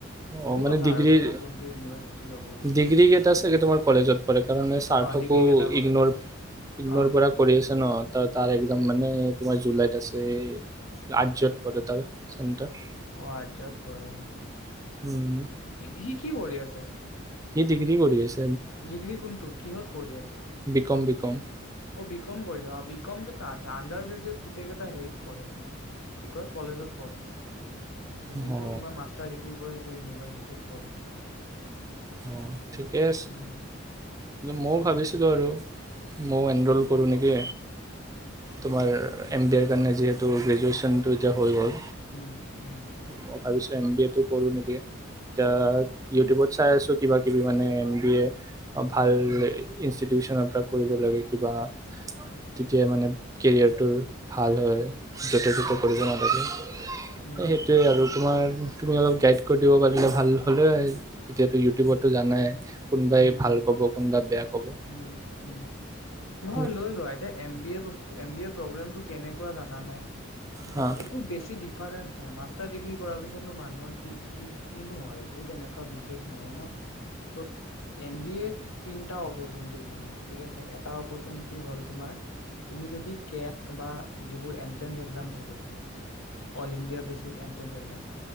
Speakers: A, on the right (about 15°); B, on the left (about 85°).
A: অ
B: মোৰ
A: মানে
B: কথা
A: ডিগ্ৰীৰ
B: আৰু যে মই কোনটো ইউনিভাৰ্চিটি ল'ব বিচাৰোঁ
A: ডিগ্ৰী কেইটা চাগে তোমাৰ কলেজত পৰে কাৰণ চাৰ্থকো
B: অ ডিগ্ৰী কেইটা কলেজত
A: ইগণৰ
B: অ
A: পৰা কৰি আছে ন তাৰ
B: অ
A: একদম মানে। তোমাৰ জুলাইত আছে আৰ্টচত পৰে তাৰ চেণ্টাৰ
B: অ আৰ্টচত পৰে অ
A: উম
B: অ সি সি কি কৰি আছে?
A: ই ডিগ্ৰী কৰি আছে
B: ডিগ্ৰী কোনটো কিহত কৰি আছে?
A: BCom BCom.
B: অ বিকম কৰি বিকম কেইটা আছে আণ্ডাৰ গ্ৰেজুৱেট গোটেই কেইটা হেৰিত পঢ়ে তোমাৰ কি কয় কলেজত পঢ়ে। যিটো
A: অ
B: তোমাৰ মাষ্টাৰ ডিগ্ৰী কৰে। ইউনিভাৰ্চিটিত পঢ়ে।
A: অ ঠিকে আছে
B: উম
A: মইও
B: উম
A: ভাবিছিলো আৰু মইও এনৰল কৰোঁ নেকি তোমাৰ এম বি এৰ কাৰণে যিহেতু গ্ৰেজুৱেচনটো এতিয়া হৈ গ'ল
B: উম উম
A: মই ভাবিছোঁ এম বি এ তটো কৰো নেকি এতিয়া ইউটিউবত
B: উম
A: কিবা কিবি মানে এম বি এ অ ভাল
B: উম
A: ইনিচটি টিউচনৰ পৰা কৰিব লাগে কিবা তেতিয়া মানে কেৰিয়াৰটোৰ ভাল হয় য'তে
B: উম
A: ত'তে কৰিব নালাগে
B: উম
A: সেইটোৱে আৰু তোমাৰ তুমি অলপ গাইড কৰি দিব পাৰিলে ভাল হ'লে আৰু এতিয়াতো ইউটিউবতো জানাই কোনোবাই
B: উম
A: ভাল
B: উম
A: ক'ব কোনোবাই বেয়া ক'ব
B: উম উম নহয়
A: তুমি
B: লৈ লোৱা এতিয়া এম বি এ বস্তু এম বি এ প্ৰবলেমটো কেনেকুৱা যানানে
A: হা।
B: একো বেছি ডিফাৰেন্ঞ্চ নাই মাষ্টাৰ ডিগ্ৰী কৰাৰ পাছত নো মানুহৰ কি কি কিনো হয় একো তেনেকুৱা বিশেষ নহয় ন চ' এম বি এৰ তিনিটা অপচ থিক আছে অপাচেনৰিটী হল তোমাৰ বা যিবোৰ এন্ট্ৰেন্স এক্সাম থাকে all India basis entrance exam